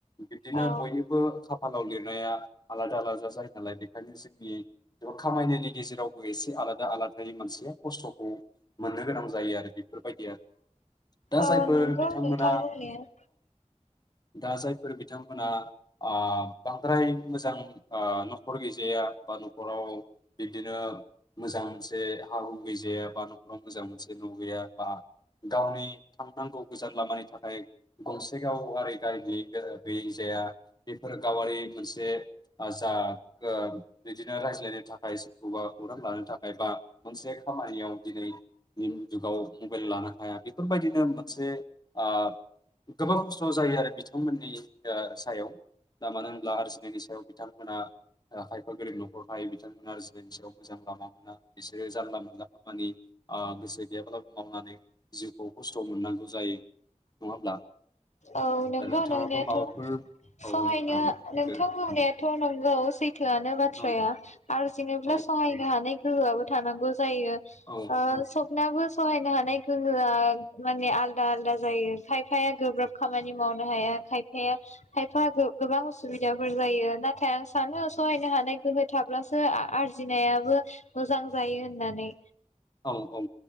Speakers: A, on the left; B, on the left.
A: बिब्दिनो
B: औ
A: बयनिबो खाफालाव लिरनाया आलादा आलादा जायो नालाय बेखायनो जोंनि खामायनायनि गेजेरावबो एसे आलादा आलादायै मानसिया खस्थ'खौ मोननो गोनां जायो आरो बेफोरबायदि आरो दा
B: औ
A: जायफोर
B: नंगौ
A: बिथांमोना
B: नोंथां बुंनाया
A: दा जायफोर बिथांमोना ओ बांद्राय मोजां ओ न'खर गैजाया बा न'खराव बिब्दिनो मोजां मोनसे हा हु गैजाया बा न'खराव मोजां मोनसे न' गैया बा गावनि थांनांगौ गोजान लामानि थाखाय गंसे गावआरि गारि गैयैजाया बेफोर गावारि मोनसे ओ जा ओ बिदिनो रायज्लायनो थाखाय सोरखौबा खौरां लानो थाखाय बा मोनसे खामानियाव दिनैनि जुगाव मबाइल लानो हाया बेफोरबायदिनो मोनसे ओ गोबां खस्थ' जायो आरो बिथांमोननि ओ सायाव दा मानो होनब्ला आरजिनायनि सायाव बिथांमोना खायफा गोरों न'खर थायो बिथांमोना आरजिनायनि सायाव मोजां लामा मोना बिसोरो जानला मोनला खामानि ओ गोसो गैयाब्लाबो मावनानै जिउखौ खस्थ' मोननांगौ जायो नङा होमब्ला
B: औ नंगौ
A: दा नोंथाङाबो
B: नोंनायाथ'
A: माबाफोर औ
B: सहायनो
A: नोंथाङाबो
B: नोंथां
A: बुंदो
B: बुंनायाथ' नंगौ सैथोआनो बाथ्राया
A: औ
B: आरो थिनोब्ला
A: औ
B: सहायनो हानाय गोहोआबो थानांगौ जायो
A: औ
B: ओ सब नाबो सहायनो हानाय गोहोआ माने आलदा आलादा जायो खायफाया गोब्राब खामानि मावनो हाया खायफाया खायफा गो गोबां असुबिदाफोर जायो नाथाय आं सानो सहायनो हानाय गोहो थाब्लासो आरजिनायाबो मोजां जायो होननानै
A: औ औ